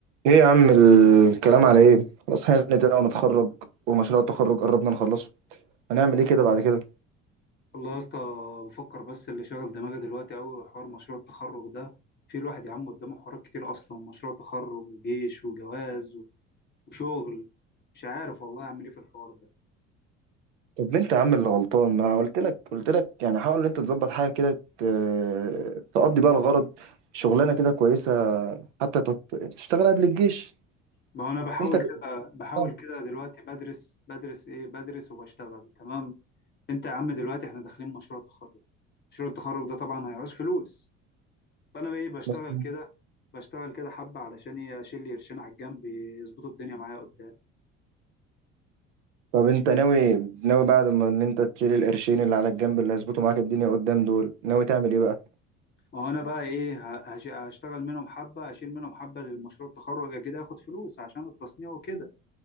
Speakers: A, on the right (about 65°); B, on the left (about 25°).
A: ايه يا عم الكلام على ايه خلاص هانت بقى ونتخرج ومشروع التخرج قربنا نخلصه هنعمل ايه كده بعد كده
B: والله يا اسطى بفكر بس اللي شاغل دماغي دلوقتي قوي حوار مشروع التخرج ده في الواحد يا عم قدامه حوارات كتير اصلا مشروع تخرج وجيش وجواز و- وشغل مش عارف والله اعمل ايه في الحوار ده
A: طب انت يا عم اللي غلطان ما قلت لك قلت لك يعني حاول ان انت تظبط حاجه كده ت- تقضي بقى الغرض شغلانه كده كويسه حتى تت- تشتغل قبل الجيش
B: ما هو انا بحاول
A: انت اللي
B: كده بحاول
A: غلطان.
B: كده دلوقتي بدرس بدرس ايه بدرس وبشتغل تمام انت يا عم دلوقتي احنا داخلين مشروع تخرج مشروع التخرج ده طبعا هيعوز فلوس فانا بقى ايه بشتغل
A: مظبوط.
B: كده بشتغل كده حبة علشان إيه اشيل لي قرشين على الجنب يظبطوا الدنيا معايا قدام
A: طب انت ناوي ناوي بعد ما ان انت تشيل القرشين اللي على الجنب اللي هيظبطوا معاك الدنيا قدام دول ناوي تعمل ايه بقى
B: ما هو انا بقى ايه ه- هش- هشتغل منهم حبه اشيل منهم حبه للمشروع التخرج كده اخد فلوس عشان التصنيع وكده